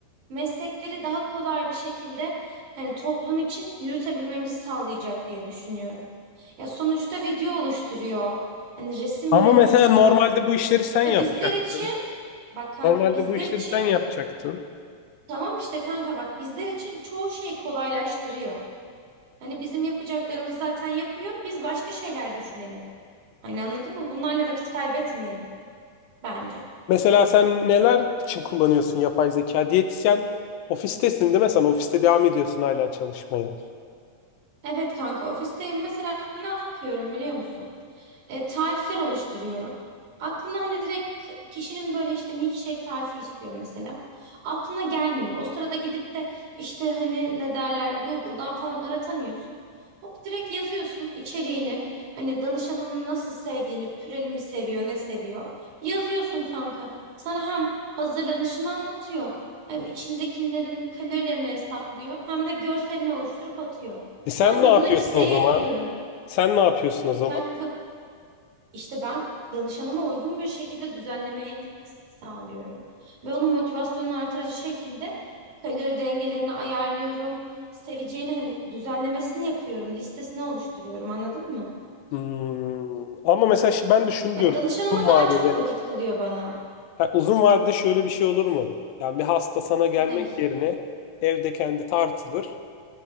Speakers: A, on the right; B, on the left.
A: meslekleri daha kolay bir şekilde hani toplum için yürütebilmemizi sağlayacak diye düşünüyorum. Ya sonuçta video oluşturuyor. Hani resim
B: Ama
A: üretiyor.
B: mesela normalde bu işleri sen yapacaktın.
A: Ve bizler için bak kanka
B: Normalde
A: bizler
B: bu işleri
A: için
B: sen yapacaktın.
A: tamam işte kanka bak bizler için çoğu şeyi kolaylaştırıyor. Hani bizim yapacaklarımız zaten yapıyor. Biz başka şeyler düşünelim. Hani anladın mı? Bunlarla vakit kaybetmeyelim bence.
B: Mesela sen neler için kullanıyorsun yapay zeka? Diyetisyen ofistesin değil mi? Sen ofiste devam ediyorsun hala çalışmaya.
A: Evet kanka ofisteyim. Mesela ne yapıyorum biliyor musun? E, tarifler oluşturuyorum. Aklına hani direkt kişinin böyle işte milkshake tarifi istiyor mesela. Aklına gelmiyor. O sırada gidip de işte hani ne derler Google'dan falan aratamıyorsun. Hop direkt yazıyorsun içeriğini. Hani danışanın nasıl sevdiğini, püreli mi seviyor, ne seviyor. Yazıyorsun kanka. Sana hem hazırlanışını anlatıyor. Hem içindekilerin kalorilerini hesaplıyor. Hem de görselini oluşturup atıyor.
B: E sen
A: Ben
B: ne
A: de
B: yapıyorsun
A: bunu listeye
B: o zaman?
A: ekliyorum.
B: Sen ne yapıyorsun o
A: E
B: zaman?
A: kanka işte ben danışanıma uygun bir şekilde düzenlemeyi sağlıyorum. Ve onun motivasyonunu artırıcı şekilde kalori dengelerini ayarlıyorum. Seveceğini hani düzenlemesini yapıyorum. Listesini oluşturuyorum anladın mı?
B: Hmm, Ama mesela şi- ben de şunu
A: Ya
B: diyorum.
A: danışanıma
B: Uzun vadede.
A: daha çok vakit kalıyor bana.
B: Ha, uzun vadede şöyle bir şey olur mu? Yani bir hasta sana gelmek
A: Ne?
B: yerine evde kendi tartılır.